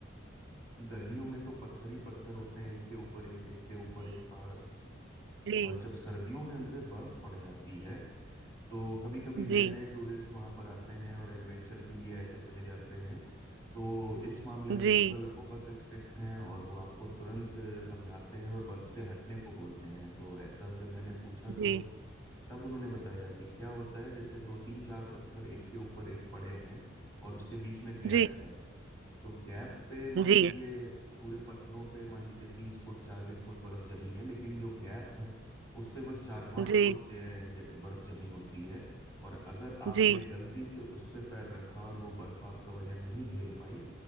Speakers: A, on the left; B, on the right.
A: गर्मियों में तो पत्थर ही पत्थर होते हैं एक के ऊपर एक एक के ऊपर एक पहाड़
B: जी
A: और जब सर्दियों में उन पे बर्फ पड़ जाती है तो कभी कभी नए
B: जी
A: नए टूरिस्ट वहां पर आते हैं और एडवेंचर के लिए ऐसे चले जाते हैं तो इस मामले में
B: जी
A: लोकल बहुत स्ट्रिक्ट हैं और वो आपको तुरंत समझाते हैं और बर्फ से हटने को बोलते हैं तो ऐसा जब मैंने पूछा
B: जी
A: तो तब उन्होंने बताया कि क्या होता है जैसे दो तीन चार पत्थर एक के ऊपर एक पड़े हैं और उसके बीच में गैप
B: जी
A: है तो गैप पे मान
B: जी
A: लीजिए पूरे पत्थरों पे मान लीजिए तीस फुट चालीस फुट बर्फ जमी है लेकिन जो गैप है उस पे बस चार पांच
B: जी
A: फुट ज- ज- बर्फ जमी होती है और अगर आपने
B: जी
A: गलती से उस पे पैर रखा और वो बर्फ आपका वजन नहीं झेल पाई